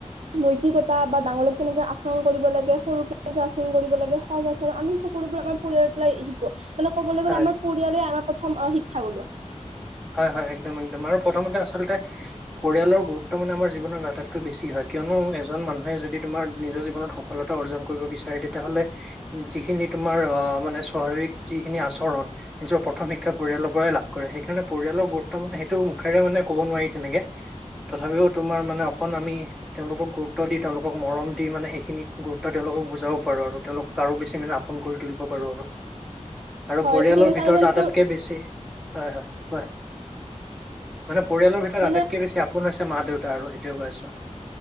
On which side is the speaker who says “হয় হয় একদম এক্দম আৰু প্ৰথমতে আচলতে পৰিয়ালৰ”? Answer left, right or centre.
Centre